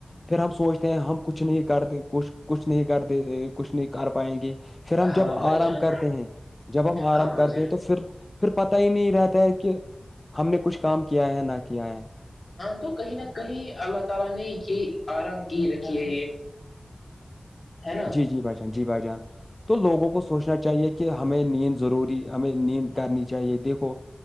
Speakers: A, on the left (about 25°); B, on the left (about 75°).
A: پھر ہم سوچتے ہم کچھ نہیں کرتے کچھ کچھ نہیں کرتے کچھ نہیں کر پ پائیں گے پھر ہم جب
B: ہاں
A: آرام
B: بھائی جان
A: کرتے ہیں جب ہم آرام
B: ہاں بھائی
A: کرتے ہیں تو پھر پھر پتا ہی نہیں رہتا ہے کہ ہم نے کچھ کام کیا ہے نہ کیا ہے
B: تو کہیں نہ کہیں اللہ تعالی نے یہ ارام کی رکھی ہے ہے نا
A: جی جی بھائی جان جی بھائی جان تو لوگوں کو سوچنا چاہیے کہ ہمیں نیند ضروری ہمیں نیند کرنی چاہیے دیکھو